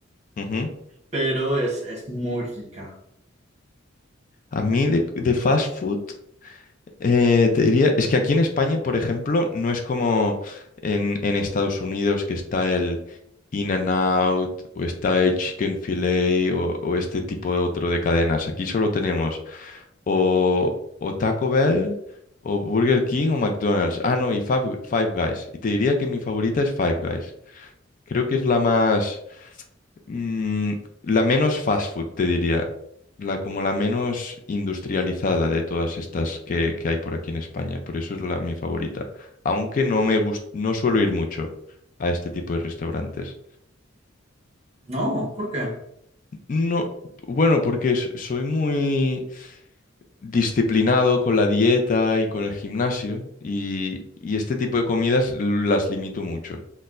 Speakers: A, on the left; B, on the right.
A: Ujú.
B: pero es, es muy rica.
A: A mí de, de fast food, eh, te diría, es que aquí en España, por ejemplo, no es como en, en Estados Unidos que está el in and out o está el Chicken Filet o, o este tipo de otro de cadenas. Aquí solo tenemos o, o Taco Bell o Burger King o McDonald's. Ah, no, y Five, Five Guys. Y te diría que mi favorita es Five Guys. Creo que es la más, mm, la menos fast food, te diría. La como la menos industrializada de todas estas que, que hay por aquí en España. Por eso es la, mi favorita. Aunque no me gust- no suelo ir mucho a este tipo de restaurantes.
B: No, ¿por qué?
A: No, bueno, porque s- soy muy disciplinado con la dieta y con el gimnasio y, y este tipo de comidas las limito mucho.